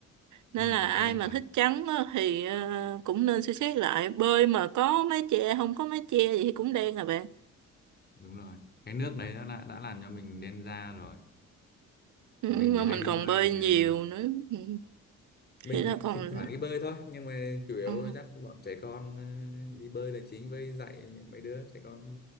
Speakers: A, on the right (about 75°); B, on the left (about 35°).
A: nên
B: ừ,
A: là ai
B: đen
A: mà
B: hẳn
A: thích trắng á, thì ờ, cũng nên suy xét lại bơi mà có mái che không có mái che gì thì cũng đen à bạn
B: đúng rồi cái nước đấy nó đã, đã làm cho mình đen da rồi
A: ừ,
B: mình thì
A: mà
B: hay
A: mình
B: đi
A: còn
B: bơi
A: bơi
B: thì
A: nhiều
B: à,
A: nữa ừ,
B: mình
A: thì là
B: thì
A: còn
B: thỉnh thoảng đi bơi thôi nhưng mà chủ yếu
A: ừ,
B: dắt bọn trẻ con ờ, đi bơi là chính với dạy mấy đứa trẻ con